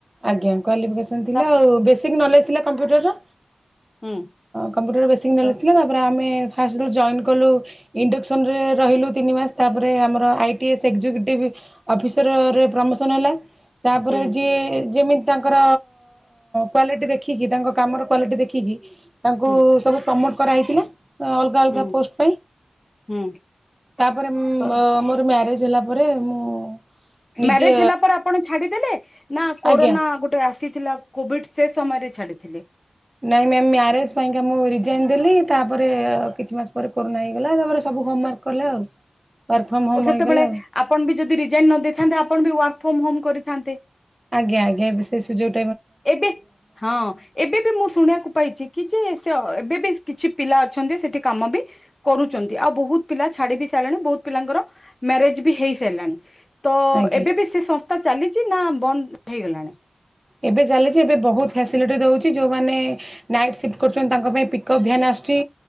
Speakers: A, on the right (about 25°); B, on the left (about 30°).
A: ଆଜ୍ଞା କ୍ୱାଲିଫିକେସନ୍ ଥିଲା
B: ତାପରେ
A: ଆଉ ବେସିକ ନଲେଜ ଥିଲା। କମ୍ପ୍ୟୁଟରର।
B: ହୁଁ
A: କମ୍ପୁଟରର ବେସିକ ନଲେଜ
B: ତ
A: ଥିଲା ତାପରେ ଆମେ। ଫାଷ୍ଟ ଜଏନ୍ କଲୁ ଇଣ୍ଡକ୍ସନରେ ରହିଲୁ ତିନି ମାସ ତାପରେ ଆମର ଆଇଟିଏସ୍ ଏକ୍ଜିକ୍ୟୁଟିଭ୍ ଅଫିସରରେ ପ୍ରମୋସନ୍ ହେଲା। ତାପରେ
B: ହୁଁ
A: ଯିଏ। ଯେମିତି ତାଙ୍କର କ୍ଵାଲିଟି ଦେଖିକି ତାଙ୍କ କାମର କ୍ଵାଲିଟି ଦେଖିକି। ତାଙ୍କୁ
B: ହୁଁ
A: ସବୁ ପ୍ରମୋ କରାହେଇଥିଲା। ଅଲଗା ଅଲଗା
B: ହୁଁ
A: ପୋଷ୍ଟ ପାଇଁ
B: ହୁଁ
A: ତାପରେ ମ
B: ତ
A: ମୋର ମ୍ୟାରେଜ ହେଲା। ତାପରେ ମୁଁ। ନିଜେ
B: ମ୍ୟାରେଜ ହେଲା ପରେ ଆପଣ ଛାଡିଦେଲେ ନା। କରୋନା
A: ଆଜ୍ଞା।
B: ଗୋଟେ। ଆସିଥିଲା କୋଭିଡ ସେ ସମୟରେ ଛାଡିଥିଲି।
A: ନାଇଁ ମ୍ୟାମ ମ୍ୟାରେଜ ପାଇଁ କା ମୁଁ ରିଜାଇନ ଦେଲି, ତାପରେ କିଛି ମାସ ପରେ କରୋନା ହେଇଗଲା, ତାପରେ ସବୁ ହୋମାର୍କ କଲା। ଆଉ। ଫ୍ରମ୍ ହୋମ୍
B: ଓ ସେତେବେଳେ
A: ହେଇଗଲା ଆଉ।
B: ଆପଣ ବି ଯଦି ରିଜାଇନ ନ ଦେଇେଇଥାନ୍ତେ ଆପଣ ବି ୱାର୍କ ଫମ ହୋମ କରିଥାନ୍ତେ।
A: ଆଜ୍ଞା ଆଜ୍ଞା ବି ସେ ସୁଯୋଗ
B: ଏବେ ହଁ ଏବେ ବି ମୁଁ ଶୁଣିବାକୁ ପାଇଚି କି ଯେ ସେ ଏବେ ବି କିଛି ପିଲା ଅଚନ୍ତି ସେଠି କାମ ବି କରୁଚନ୍ତି, ଆଉ ବୋହୁତ ପିଲା ଛାଡି ବି ସାରିଲେଣି ବୋହୁତ ପିଲାଙ୍କର ମ୍ୟାରେଜ ବି ହେଇ ସାରିଲାଣି। ତ
A: ଆଜ୍ଞା।
B: ଏବେ ବି ସେ ସଂସ୍ଥା ଚାଲିଚି ନା ବନ୍ଦ? ହେଇଗଲାଣି।
A: ଏବେ ଚାଲିଚି, ଏବେ ବୋହୁତ ଫ୍ୟାସିଲିଟି ଦୋଉଚି, ଯୋଉମାନେ ନାଇଟ୍ ସିଫ୍ଟ କରୁଚନ୍ତି ତାଙ୍କ ପାଇଁ ପିକଅପ୍ ଭ୍ୟାନ୍ ଆସୁଚି